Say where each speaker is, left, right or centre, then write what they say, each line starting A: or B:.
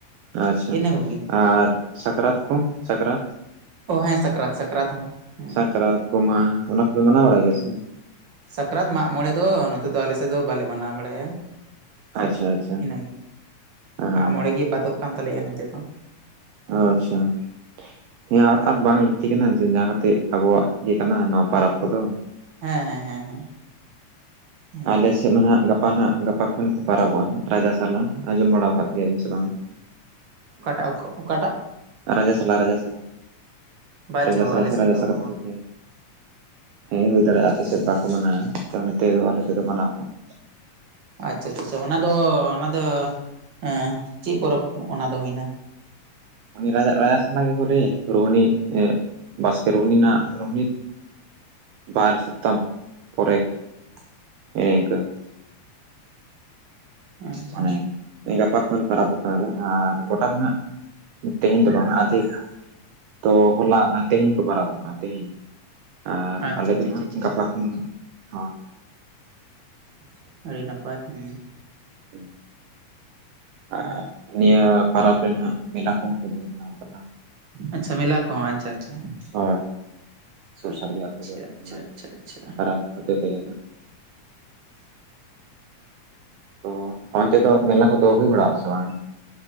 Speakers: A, on the right; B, on the right.
A: ᱟᱪᱪᱷᱟ
B: ᱤᱱᱟᱹ ᱠᱚᱜᱮ
A: ᱟᱨ ᱥᱟᱠᱨᱟᱛ ᱠᱚ ᱥᱟᱠᱨᱟᱛ
B: ᱚ ᱦᱮᱸ ᱥᱟᱠᱨᱟᱛ ᱥᱟᱠᱨᱟᱛ ᱦᱚᱸ ᱦᱮᱸ
A: ᱥᱟᱠᱨᱟᱛ ᱜᱚᱢᱦᱟ ᱚᱱᱟ ᱠᱚᱯᱮ ᱢᱟᱱᱟᱣ ᱵᱟᱲᱟᱭ ᱜᱮᱭᱟ ᱥᱮ
B: ᱥᱟᱠᱨᱟᱛ, ᱢᱟᱜ ᱢᱚᱬᱮ ᱫᱚ ᱱᱚᱛᱮ ᱫᱚ ᱟᱞᱮ ᱥᱮᱫ ᱫᱚ ᱵᱟᱞᱮ ᱢᱟᱱᱟᱣ ᱵᱟᱲᱟᱭᱟ᱾ ᱥᱟᱠᱨᱟᱛ
A: ᱟᱪᱪᱷᱟ ᱟᱪᱪᱷᱟ
B: ᱤᱱᱟᱹᱜᱮ
A: ᱦᱮᱸ
B: ᱢᱟᱜ ᱢᱚᱬᱮ ᱜᱮ ᱵᱟᱫᱚᱜ ᱠᱟᱱ ᱛᱟᱞᱮᱭᱟ ᱱᱚᱛᱮ ᱫᱚ
A: ᱚ ᱟᱪᱪᱷᱟ ᱦᱮᱸ ᱟᱫ ᱟᱫᱚ ᱵᱟᱝ ᱞᱟᱹᱠᱛᱤ ᱠᱟᱱᱟ ᱡᱮ ᱡᱟᱦᱟᱸᱛᱮ ᱟᱵᱚᱣᱟᱜ ᱜᱮ ᱠᱟᱱᱟ᱾ ᱱᱚᱣᱟ ᱯᱚᱨᱚᱵᱽ ᱠᱚ ᱫᱚ
B: ᱦᱮᱸ ᱦᱮᱸ ᱦᱮᱸ ᱦᱮᱸ ᱦᱮᱸ
A: ᱟᱞᱮ ᱥᱮᱫ ᱱᱟᱦᱟᱜ ᱜᱟᱯᱟ ᱱᱟᱦᱟᱜ ᱜᱟᱯ ᱚᱠᱟ ᱠᱷᱚᱱ ᱠᱚ ᱯᱟᱨᱟᱵᱚᱜ-ᱟ ᱱᱟᱦᱟᱜ ᱨᱟᱡᱟ ᱥᱟᱞᱟ, ᱟᱸᱡᱚᱢ ᱵᱟᱲᱟᱣ ᱟᱠᱟᱫ ᱜᱮᱭᱟᱵᱤᱱ ᱥᱮ ᱵᱟᱝᱟ?
B: ᱚᱠᱟᱴᱟᱜ <unintelligible> ᱚᱠᱟᱴᱟᱜ?
A: ᱨᱟᱡᱟ ᱥᱟᱞᱟᱜ, ᱨᱟᱡᱟ ᱥᱟᱞᱟᱜ,
B: ᱵᱟᱪᱚ
A: ᱨᱟᱡᱟ ᱥᱟᱞᱟᱜ
B: ᱟᱞᱮ
A: ᱥᱮ
B: ᱥᱮᱫ
A: ᱨᱟᱭᱟ
B: ᱫᱚ
A: ᱥᱟᱫᱚᱯ
B: ᱚᱠᱚᱨ
A: ᱛᱮ ᱦᱩᱸ᱾ ᱦᱮᱸ ᱦᱩᱭ ᱫᱟᱲᱮᱭᱟᱜ-ᱟ ᱟᱯᱮ ᱥᱮᱫ ᱵᱟᱠᱚ ᱢᱟᱱᱟᱣᱟ, ᱛᱚ ᱱᱚᱛᱮ ᱫᱚ ᱟᱞᱮ ᱥᱮᱫ ᱫᱚ ᱢᱟᱱᱟᱣ ᱟᱠᱚ ᱾
B: ᱟᱪᱪᱷᱟ ᱟᱪᱪᱷᱟ ᱟᱪᱪᱷᱟ, ᱚᱱᱟ ᱫᱚ ᱚᱱᱟ ᱫᱚ ᱮᱸ ᱪᱮᱫ ᱯᱚᱨᱚᱵᱽ ᱚᱱᱟ ᱫᱚ ᱦᱩᱭ ᱮᱱᱟ?
A: ᱨᱟᱭᱟᱜ, ᱨᱟᱭᱟ ᱥᱟᱞᱟ ᱜᱮᱠᱚ ᱞᱟᱹᱭᱮ 'ᱨᱳᱦᱱᱤ' ᱮᱸᱜ 'ᱵᱟᱥᱠᱮ ᱨᱳᱦᱱᱤ' ᱱᱟᱜ 'ᱨᱳᱦᱱᱤ' ᱵᱟᱨ ᱥᱚᱯᱛᱟ ᱯᱚᱨᱮ <inaudible> ᱦᱮᱸᱜ-ᱮ ᱤᱝᱠᱟᱹ ᱾
B: ᱟᱪᱪᱷᱟ
A: ᱢᱟᱱᱮ ᱮᱸ ᱜᱟᱯᱟ ᱠᱷᱚᱱ ᱯᱟᱨᱟᱵᱚᱜ ᱠᱟᱱᱟᱞᱮ ᱟᱨ ᱜᱚᱴᱟ ᱫᱚ ᱱᱷᱟᱜ ᱛᱤᱦᱤᱧ ᱫᱚ ᱵᱟᱝᱟ ᱟᱫᱷᱤᱠ ᱛᱚ ᱦᱚᱞᱟ ᱢᱟ ᱛᱤᱦᱤᱧ ᱠᱚ ᱯᱟᱨᱟᱵᱚᱜ ᱠᱟ ᱛᱤᱦᱤᱧ ᱟᱨ
B: ᱟᱪᱪᱷᱟ
A: ᱟᱞᱮ
B: ᱟᱪᱪᱷᱟ
A: ᱫᱚ ᱱᱷᱟᱜ
B: ᱟᱪᱪᱷᱟ
A: ᱜᱟᱯᱟ ᱚᱱᱱᱟ ᱦᱚᱭ᱾
B: <inaudible> ᱟᱹᱰᱤ ᱱᱟᱯᱟᱭ ᱦᱮᱸ ᱾
A: ᱦᱮᱸ ᱾ ᱟᱨ ᱱᱤᱭᱟᱹ ᱯᱟᱨᱚᱵᱽ ᱨᱮ ᱱᱟᱦᱟᱜ ᱢᱮᱞᱟ ᱠᱚᱦᱚᱸ ᱠᱚ ᱫᱚᱦᱚ ᱵᱟᱲᱟ ᱟᱠᱟᱫᱟ ᱾
B: ᱟᱪᱪᱷᱟ, ᱢᱮᱞᱟ ᱠᱚᱸ ᱟᱪᱪᱷᱟ-ᱪᱷᱟ᱾
A: ᱦᱳᱭ <inaudible> ᱥᱩᱨᱥᱟᱲᱜᱮ ᱟᱛᱳ ᱠᱚᱨᱮ
B: ᱟᱪᱪᱷᱟ
A: ᱚᱱᱟ
B: ᱟᱪᱪᱷᱟ ᱟᱪᱪᱷᱟ
A: ᱯᱟᱨᱟᱵᱽ ᱦᱚᱛᱮ ᱛᱮᱜᱮ ᱱᱟᱦᱟᱜ ᱾ ᱛᱚ ᱚᱱᱛᱮ ᱫᱚ ᱢᱮᱞᱟ ᱠᱚᱫᱚ ᱦᱩᱭ ᱵᱟᱲᱟᱜ-ᱟ ᱥᱮ ᱵᱟᱝ?